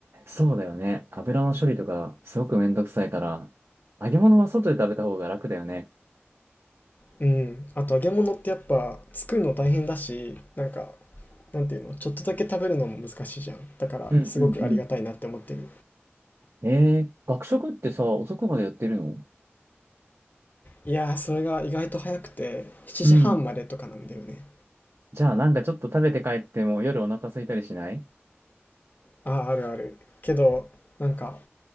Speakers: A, on the right; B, on the left.
A: そうだよね。油の処理とかすごくめんどくさいから、揚げ物は外で食べた方が楽だよね。
B: うん。あと揚げ物ってやっぱ作るの大変だし、なんか、なんていうの、ちょっとだけ食べるのも難しいじゃん。だからすごくありがたいなって思ってる。
A: うんうんうん。えー、学食ってさ、遅くまでやってるの
B: いやー、それが意外と早くて、7時半までとかなんだよね。
A: うん。じゃあなんかちょっと食べて帰っても夜お腹空いたりしない
B: ああ、あるある。けど、なんか、